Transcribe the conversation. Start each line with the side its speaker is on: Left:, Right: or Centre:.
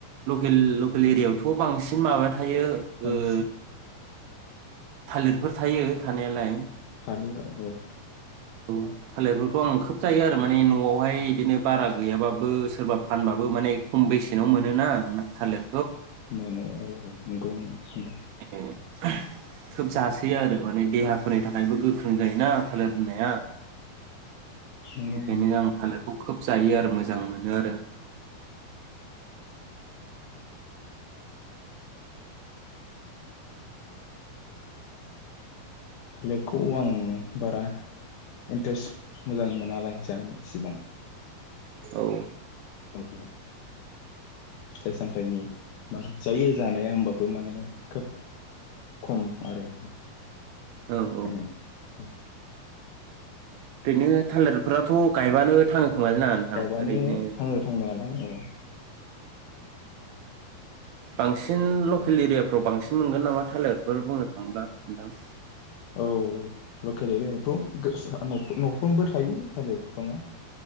Right: लखेल लखेल एरियायावथ' बांसिन माबा हायो ओ
Left: बांसिन
Right: ओ थालिरफोर थायो थानायालाय
Left: थालिर रड।
Right: औ थालिरफोरखौ आं खोब जायो आरो माने न'आवहाय बिदिनो बारा गैयाबाबो सोरबा फानबाबो माने खम बेसेनाव मोनोना थालिर।
Left: मोनो औ नंगौ नंगौ।
Right: बिदिनो खोब जासोयो आरो माने देहाफोरनि थाखायबो गोख्रों जायोना थालिर। होनाया।
Left: नंगौ
Right: ओंखायनो
Left: नंगौ
Right: आं थालिरखौ खोब। जायो आरो मोज मोजां मोनो आरो। <inaudible>
Left: थालिरखौ आं बारा इन्ट्रेस्ट मोजां मोनालाय जानो इ सिबां।
Right: औ।
Left: औ। फिथाइ सामथाइनि। मा जायो जानाया होमबाबो माने। खोब खम। आरो
Right: औ
Left: आङो
Right: औ।
Left: औ।
Right: ओरैनो थालिरफोराथ' गायबानो थाङो। खोमालै ना नोंथां
Left: गायबानो
Right: ओरैनो
Left: थाङो थांनायलाय औ। <inaudible>
Right: बांसिन लकेल एरियाफ्राव बांसिन मोनगोन नामा थालिरफोर बुंनो थाङोबा नोंथां?
Left: औ लकेल एरियआवथ' गोस हा नफ-नफ्रोमबो थायो थालिर बिफाङा